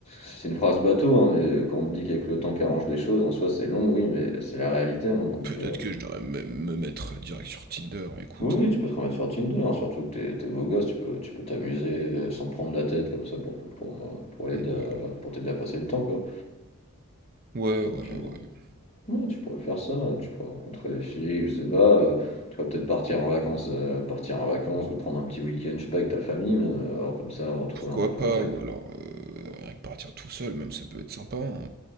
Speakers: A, on the left; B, on the right.
A: c'est une phrase bateau, hein, mais quand on dit qu'avec le temps qu'arrange les choses, en soi, c'est long, oui, mais c'est la réalité, hein, donc.
B: Peut-être
A: euh,
B: que je devrais même me mettre direct sur Tinder, écoute.
A: Oui, tu peux te remettre sur Tinder, hein, surtout que t'es t'es beau gosse, tu peux tu peux t'amuser sans te prendre la tête comme ça pour pour, euh, pour l'aider
B: Ouais,
A: à- pour t'aider à passer le temps quoi.
B: ouais,
A: Donc
B: ouais. ouais.
A: euh, ouais, tu pourrais faire ça, tu pourrais rencontrer des filles, je sais pas, euh, tu pourrais peut-être partir en vacances, euh, partir en vacances ou te prendre un petit week-end, je sais pas, avec ta famille même, euh, alors comme ça retrouver
B: Pourquoi
A: un peu de contact.
B: pas? Ou alors, euh, rien que partir tout seul, même ça peut être sympa. hein.